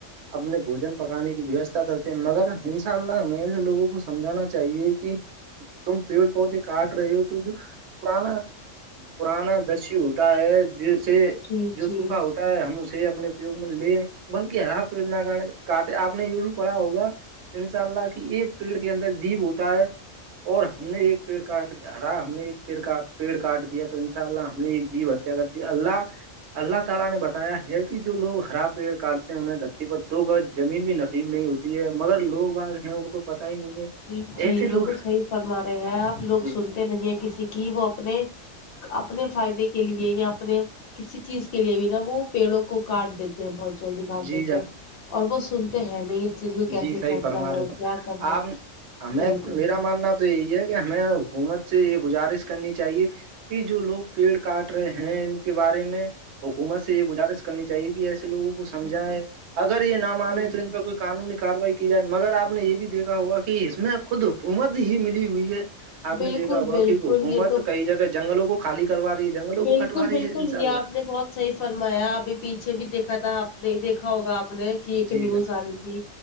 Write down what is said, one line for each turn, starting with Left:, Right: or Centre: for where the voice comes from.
Right: اپنے بھوجن پکانے کی ویوستھا کر کے مگر انشاء اللہ ہمیں ایسے لوگوں کو سمجھانا چاہیے کہ تم پیڑ پودے کاٹ رہی تو ج پرانا پرانا دسو ہوتا ہے جیسے
Left: جی
Right: جو
Left: جی
Right: سوکھا ہو تا ہے ہم اسے اپنے اپیوگ میں لے بلکہ ہرا پیڑ نہ کاے کاٹ آپ نے یہ بھی پڑھا ہوگا انشاء اللہ کی ایک پیڑ کے اندر جیو ہوتا ہے اور ہم نے ایک پیڑ کاٹ ہرا ہم نے پیڑ کا پیڑ کاٹ دیا تو انشاء اللہ ہم نے ایک جیو ہتیا کر دی اللہ اللہ تعالی نے بتایا ہے کہ جو لوگ ہرا پیڑ کاٹتے ہیں انہیں دھرتی پر دو گز زمین بھی نصیب نہیں ہوتی تی ہے مگر لوگ بعض ہیں ان کو پتا ہی نہیں ہے
Left: جی جی
Right: ایسے لوگ
Left: بلکل صحیح فرما رہے ہیں آپ لوگ
Right: جی
Left: سنتے نہیں ہیں کسی کی وہ اپنے اپنے فائدے کے لیے یا اپنے کسی چیز کے لیے بھی نا وہ پیڑوں کو کاٹ دیتے ہیں بہت جلدی
Right: جی
Left: کاٹ دیتے
Right: جناب
Left: ہیں اور وہ سنتے ہیں نہیں اس چیز کو کیسے
Right: جی صحیح
Left: کرنا
Right: فرما
Left: ہے
Right: رہے تو
Left: کیا کرنا
Right: آپ
Left: ہے
Right: ہمیں
Left: بالکل
Right: میرا
Left: بالکل
Right: ماننا تو یہی ہے کہ ہمیں حکومت سے یہ گزارش کرنی چاہیے کہ جو لوگ پیڑ کاٹ رہے ہیں ان کے بارے میں حکومت سے یہ گزارش کرنی چاہیے کہ ایسے لوگ سمجھا
Left: جی جی
Right: ہے اگر یہ نہ مانے
Left: سمجھے
Right: تو ان پہ کوئی قانونی کاروائی کی جائے مگر آپ نے یہ بھی دیکھا ہوگا کہ اس میں خود حکومت ہی ملی ہوئی ہے آپ
Left: بالکل
Right: نے دیکھا ہوگا
Left: بالکل
Right: کی حکومت
Left: یہ
Right: کئی جگہ جنگلوں کو خالی کروا رہی جنگلوں
Left: بلکل
Right: کو کٹوا رہی
Left: بلکل
Right: ہے ان شاء اللہ
Left: یہ آپ نے بہت صحیح فرمایا ابھی پیچھے بھی دیکھا تھا آپ نے دیکھا ہوگا آپ نے کہ ایک
Right: جی
Left: نیوز
Right: جناب
Left: آ رہی تھی